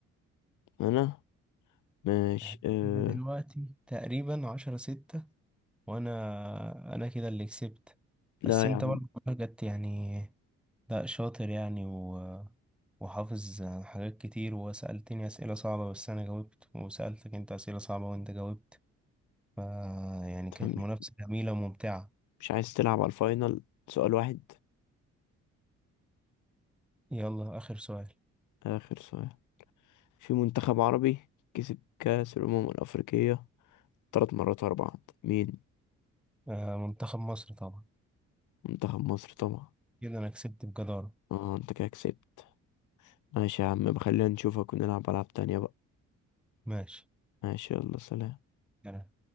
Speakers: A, on the left (about 80°); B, in the centre.
A: أنا ماشي
B: احنا
A: آه
B: كده دلوقتي تقريبا عشرة ستة وأنا أنا كده اللي كسبت
A: لا
B: بس
A: يا
B: أنت
A: عم
B: برضه جت يعني لا شاطر يعني و... وحافظ حاجات كتير وسألتني أسئلة صعبة بس أنا جاوبت وسألتك أنت أسئلة صعبة وأنت جاوبت ف يعني كانت
A: أنت مش
B: منافسة جميلة وممتعة
A: مش عايز تلعب على الفاينل سؤال واحد
B: يلا آخر سؤال
A: آخر سؤال في منتخب عربي كسب كأس الأمم الأفريقية ثلاث مرات ورا بعض مين
B: آه منتخب مصر طبعا
A: منتخب مصر طبعا
B: كده أنا كسبت بجدارة
A: اه انت كده كسبت ماشي يا عم بخلينا نشوفك ونلعب ألعاب تانية بقى
B: ماشي
A: ماشي يلا سلام
B: يعني